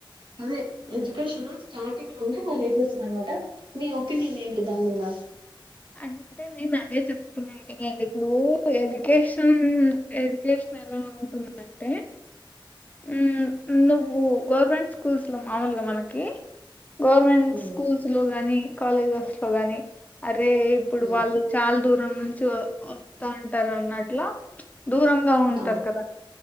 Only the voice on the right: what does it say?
అదే ఎడ్యుకేషన్ స్టార్టింగ్ లోనే వాళ్ళు వేసస్తున్నారు అన్నమాట మీ ఒపీనియన్ ఏంటి దాని మీద
ఉమ్,
ఉమ్,
అవును